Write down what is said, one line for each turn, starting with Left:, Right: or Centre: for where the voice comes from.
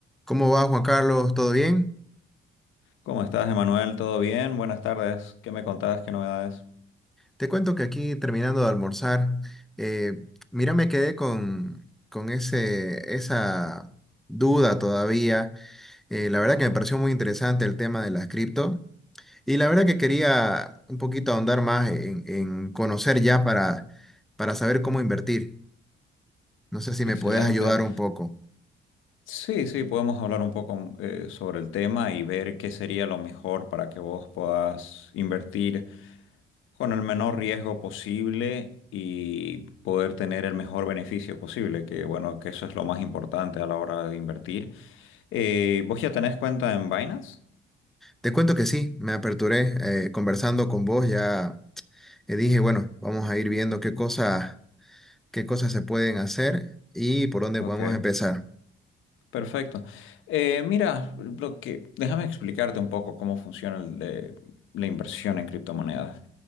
Centre: ¿Cómo va Juan Carlos? ¿Todo bien?
Left: ¿Cómo estás, Emanuel? ¿Todo bien? Buenas tardes. ¿Qué me contabas? ¿Qué novedades?
Centre: Te cuento que aquí terminando de almorzar, eh, mira, me quedé con, con ese, esa duda todavía. Eh, la verdad que me pareció muy interesante el tema de las cripto y la verdad que quería un poquito ahondar más en, en conocer ya para, para saber cómo invertir. No sé si
Left: Excelente.
Centre: me podés ayudar un poco.
Left: Sí, sí, podemos hablar un poco eh, sobre el tema y ver qué sería lo mejor para que vos puedas invertir con el menor riesgo posible y poder tener el mejor beneficio posible, que bueno, que eso es lo más importante a la hora de invertir. Eh, ¿vos ya tenés cuenta en Binance?
Centre: Te cuento que sí, me aperturé eh, conversando con vos, ya eh, dije, bueno, vamos a ir viendo qué cosas qué cosas se pueden hacer y por dónde
Left: Ok.
Centre: podemos empezar.
Left: Perfecto. Eh, mira, lo que, déjame explicarte un poco cómo funciona el de- la inversión en criptomonedas.